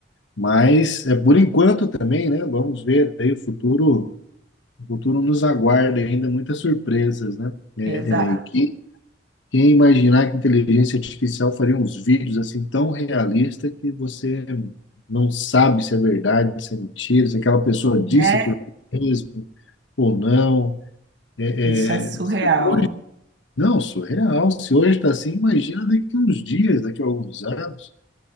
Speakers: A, on the left; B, on the right.
A: Mas, é, por enquanto também, né? Vamos ver aí o futuro, o futuro nos aguarda ainda muitas surpresas, né? É,
B: exato.
A: é, que, quem imaginar que inteligência artificial faria uns vídeos assim tão realistas que você não sabe se é verdade, se é mentira, se aquela pessoa disse
B: É,
A: aquilo mesmo ou não. É,
B: isso é surreal.
A: é, se- não, surreal. Se hoje está assim, imagina daqui a uns dias, daqui a alguns anos,